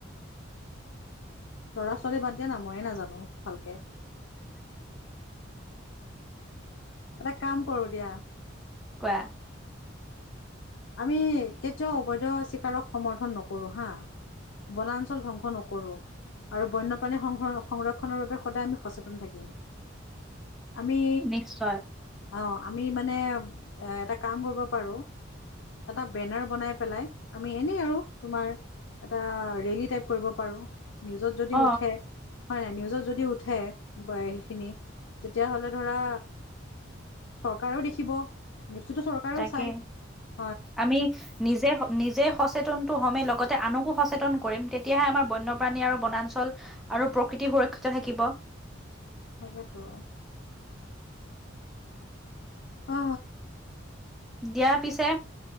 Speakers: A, on the left; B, in the centre.
A: ল'ৰা ছোৱালী বাদ দিয়া না ময়ে নাজানো ভালকে। এটা কাম কৰো দিয়া
B: কোৱা
A: আমি কেতিয়াও অবৈধ চিকাৰক সমৰ্থন নকৰো হা। বনাঞ্চল ধ্বংস নকৰো। আৰু বন্যপ্ৰাণী সংৰক্ষনৰৰ বাবে সদায় আমি সচেতন থাকিম। আমি
B: নিশ্চয়
A: অ আমি মানে এটা কাম কৰিব পাৰো। এটা বেনাৰ বনাই পেলাই আমি এনেই আৰু তোমাৰ এটা ৰেলী টাইপ কৰিব পাৰো নিউজত যদি
B: অ
A: উঠে হয় নাই নিউজত যদি উঠে সেইখিনি তেতিয়াহ'লে ধৰা চৰকাৰেও দেখিব নিউজটোতো চৰকাৰেও
B: তাকে।
A: চায়।
B: আমি নিজে, নিজে সচেতনতো হমেই লগতে আনকো সচেতন কৰিম তেতিয়াহে আমাৰ বন্যপ্ৰাণী আৰু বনাঞ্চল আৰু প্ৰকৃতি সুৰক্ষিত থাকিব। <inaudible>
A: তাকেতো। অ'
B: দিয়া পিছে,